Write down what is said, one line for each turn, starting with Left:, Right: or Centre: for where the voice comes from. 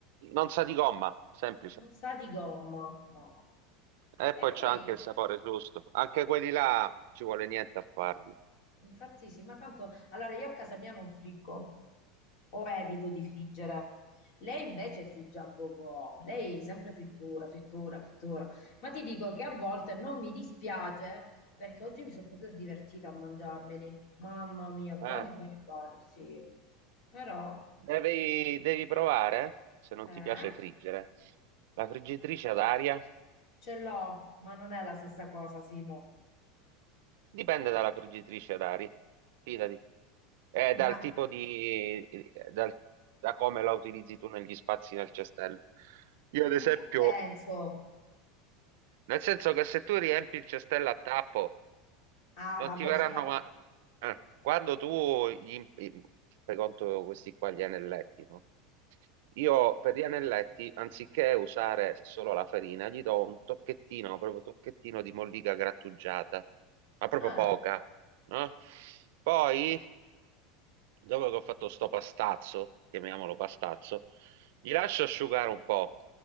Right: non sa di gomma, semplice.
Left: non sa di gomma, ma...
Right: E poi
Left: E
Right: c'è
Left: poi
Right: anche il sapore giusto. Anche quelli là ci vuole niente a farli.
Left: Infatti sì, ma tanto allora io a casa mia non friggo o evito di friggere. Lei invece frigge a go lei sempre frittura, frittura, frittura. Ma ti dico che a volte non mi dispiace perché oggi mi sono proprio divertita a mangiarmeli. Mamma mia, buoni,
Right: Ah,
Left: buoni, buoni, sì. Però
Right: Devi, devi provare, se non
Left: eh,
Right: ti piace friggere, la friggitrice ad aria.
Left: ce l'ho, ma non è la stessa cosa, Simo.
Right: Dipende dalla friggitrice ad aria, fidati. È
Left: Ma
Right: dal tipo di... dal- da come la utilizzi tu negli spazi del cestello. Io ad esempio,
Left: in che senso?
Right: nel senso che se tu riempi il cestello a tappo
Left: Ah,
Right: non
Left: vabbè,
Right: ti faranno
Left: certo.
Right: ma... eh, quando tu gli... im- fai conto questi qua gli anelletti, no? Io per gli anelletti, anziché usare solo la farina, gli do un tocchettino, proprio tocchettino di mollica grattugiata, ma proprio
Left: Ah,
Right: poca, no? Poi dopo che ho fatto sto pastazzo, chiamiamolo pastazzo, gli lascio asciugare un po',